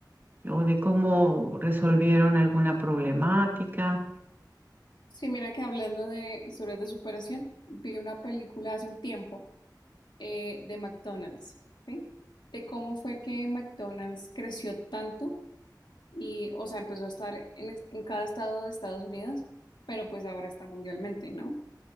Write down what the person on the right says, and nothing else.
o de cómo resolvieron alguna problemática.